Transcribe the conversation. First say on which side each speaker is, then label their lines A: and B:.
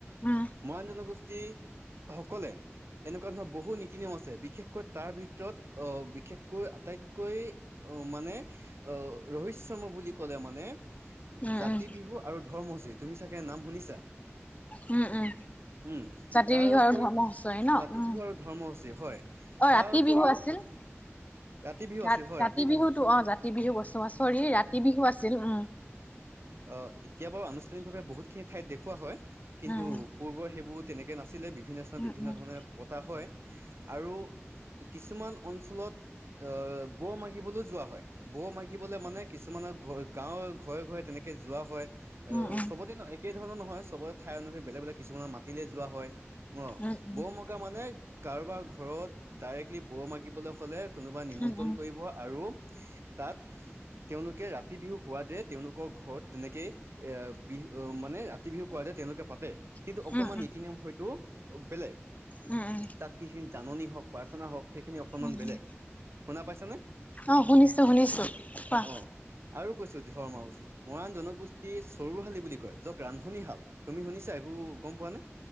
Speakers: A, on the left; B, on the right.
A: উম
B: মৰাণ জনগোষ্ঠী সকলে এনেকুৱা ধৰণৰ বহুত নীতি-নিয়ম আছে, বিশেষকৈ তাৰ ভিতৰত, আহ বিষেশকৈ আটাইতকৈ অ মানে অ ৰৈ ৰহস্যময় বুলি ক'লে মানে,
A: উম
B: জাতি
A: উম
B: বিহু আৰু ধৰ্ম হুঁচৰি তুমি চাগে নাম শুনিছা।
A: উম, উম।
B: উম,
A: ৰাতি
B: তাৰ
A: বিহু
B: উপৰি
A: আৰু ধৰ্ম হুঁচৰি ন
B: ৰাতি
A: উম,
B: বিহু আৰু ধৰ্ম হুঁচৰি হয়।
A: অ'
B: তাৰ
A: ৰাতি
B: উপৰিও
A: বিহু আছিল।
B: ৰাতি বিহু
A: ৰাত
B: আছে হয়,
A: ৰাতি
B: বিহু।
A: বিহুতো অ' ৰাতি বিহু বস্তু, চৰি ৰাতি বিহু আছিল উম।
B: আহ, এতিয়া বাৰু আনুষ্ঠানিকভাৱে বহুতখিনি ঠাইত দেখুওৱা হয়, কিন্তু
A: উম
B: পূৰ্বৰ সেইবোৰত তেনেকে নাছিলে, বিভিন্ন স্থানত বিভিন্ন
A: উম
B: ধৰণে পতা হয়। আৰু কিছুমান অঞ্চলত অ', বৌ মাগিবলৈ যোৱা হয়, বৌ মাগি শিকিবলে মানে, কিছুমানৰ গাঁৱৰ ঘৰে, ঘৰে তেনেকে যোৱা হয়, অ',
A: উম উম
B: চবতে নহয়। একে ধৰণৰ নহয়, চবৰে ঠাই অনুসৰি বেলেগ, বেলেগ কিছুমানৰ মাতিলে যোৱা হয়, অ'
A: উম উম
B: বৌ মানে, কাৰোবাৰ ঘৰত, ডাইৰেক্টলি বৌ মাগিবলৈ হ'লে কোনোবাই নিমন্ত্ৰণ
A: উম উম উম উম উম
B: কৰিব, আৰু তাত তেওঁলোকে ৰাতি বিহু হোৱাৰ দৰে, তেওঁলোকৰ ঘৰত তেনেকে এ, বিহু মানে ৰা তি বিহু কোৱা যায় তেওঁলোকে পাতে, কিন্তু
A: উম
B: অকণমান নীতি-নিয়ম হয়তো বেলেগ।
A: উম
B: তাত সেইখিনি জাননী হওঁক, প্ৰাৰ্থনা হওঁক, সেইখিনি অকণমান
A: উম
B: বেলেগ,
A: উম
B: শুনা পাইছে নে?
A: অ', শুনিছোঁ, শুনিছোঁ, কোৱা।
B: অ আৰু কৈছো <unintelligible> উচিত। মৰাণ জনগোষ্ঠীৰ চৰুশালী বুলি কয়, ৰান্ধনীশাল, তুমি শুনিছা, গম পোৱা নে?